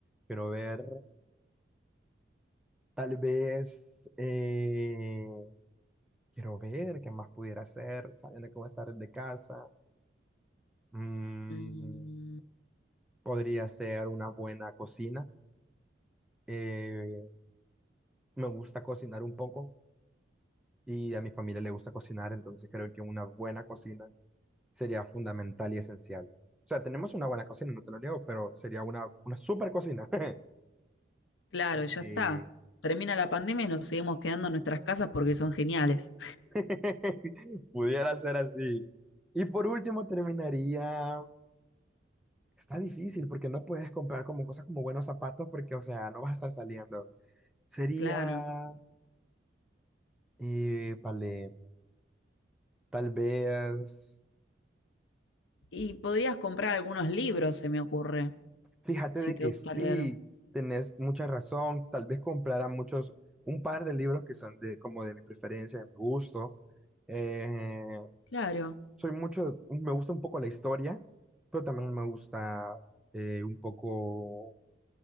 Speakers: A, in the centre; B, on the left (about 80°).
A: Quiero ver, tal vez, eh, Quiero ver qué más pudiera hacer, sabiendo que voy a estar desde casa. Mm,
B: Mm,
A: podría ser una buena cocina. Eh, me gusta cocinar un poco y a mi familia le gusta cocinar, entonces creo que una buena cocina sería fundamental y esencial. O sea, tenemos una buena cocina, no te lo niego, pero sería una, una super cocina. <laughs>
B: Claro,
A: Eh,
B: y ya está. Termina la pandemia y nos seguimos quedando en nuestras casas porque son geniales.
A: <laughs> pudiera ser así. Y por último terminaría. Está difícil porque no puedes comprar como cosas como buenos zapatos porque, o sea, no vas a estar saliendo. Sería,
B: Claro.
A: eh, vale, tal vez,
B: Y podrías comprar algunos libros, se me ocurre,
A: fíjate
B: si
A: de
B: te
A: que
B: gusta
A: sí,
B: leer.
A: tenés mucha razón, tal vez comprara muchos, un par de libros que son de, como de mi preferencia, de mi gusto. Eh,
B: Claro.
A: soy mucho, me gusta un poco la historia, pero también me gusta eh, un poco